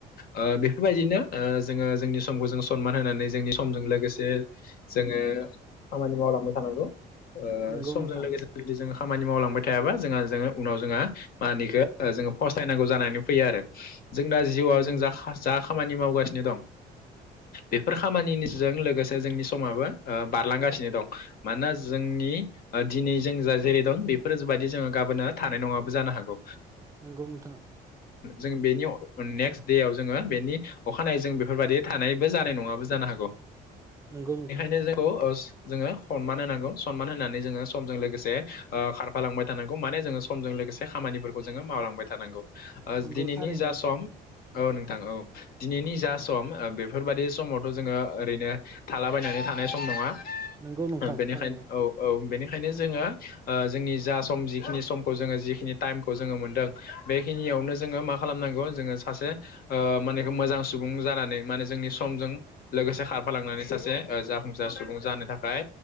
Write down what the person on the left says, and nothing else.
ओ बेफोरबायदिनो ओ जोङो जोंनि समखौ जों सनमान होनानै जोंनि समजों लोगोसे जोङो खामानि मावलांबाय थानांगौ ओ
समजों
लोगोसे जुदि जों खामानि मावलांबाय थायाबा जोंहा जोङो उनाव जोंहा मा होनो इखो ओ जोङो फसथायनांगौ जानानै फैयो आरो जों दा जिउआव
जों
जा हास जा खामानि मावगासिनो दं बेफोर खामानिनिजों लोगोसे जोंनि समाबो ओ बारलांगासिनो दं मानोना जोंनि ओ दिनै जों जा जेरै दं बेफोर बायदि जोङो गाबोनो थानाय नङाबो जानो हागौ
जों बेनि नेक्स्ट देआव जोङो बेनि अखानायैजों बेफोरबायादि थानायबो जानाय नङाबो जानो हागौ
एखायनो
जों खौ ओस जोङो हनमान होनांगौ सनमान होनानै जोङो समजों लोगोसे ओ खारफा फालांबाय थानांगौ माने जोङो समजों लोगोसे खामानिफोरखौ जोङो मावलांबाय थानांगौ ओ
दिनैनि
जा
सम औ नोंथां औ दिनैनि जा सम ओ बेफोरबायदि समावथ' जोङो ओरैनो थालाबायनानै थानाय सम नङा
<unintelligible> बेनिखायनो
औ औ बेनिखायनो जोङो ओ जोंनि जा सम जिखिनि समखौ जोङो जिखिनि टाइम खौ जोङो मोनदों बेखिनियावनो जोङो मा खालामनांगौ जोङो सासे ओ माने एखो मोजां सुबुं जानानै माने जोंनि समजों लोगोसे खारफालांनानै सासे ओ जाफुंसार सुबुं जानो थाखाय